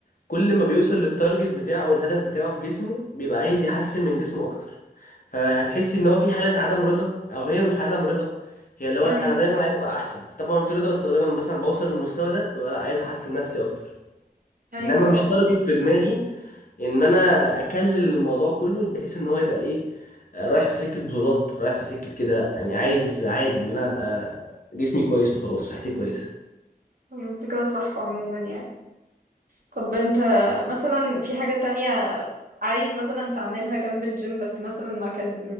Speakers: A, on the left; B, on the right.
A: كل ما بيوصل للتارجت بتاعه او الهدف بتاعه في جسمه بيبقى عايز يحسن من جسمه اكتر فهتحسي ان هو في حالة عدم رضا او هي مش عدم رضا هي اللي هو
B: امم
A: انا دايما عايز ابقى احسن طبعا في رضا بس هو دايما مثلا بوصل للمستوى ده ببقى لا عايز احسن نفسي اكتر
B: ايوه
A: انما مش
B: اه
A: تارجت في دماغي ان انا اكلل الموضوع كله بحيث ان هو يبقى ايه آه، رايح في سكه بطولات رايح في سكه كده لا يعني عايز عادي ان انا ابقى جسمي كويس وخلاص صحتي كويسه
B: ايوه انت كده صح عموما يعني طب انت مثلا في حاجه تانية عايز مثلا تعملها جنب الجيم بس مثلا ما كان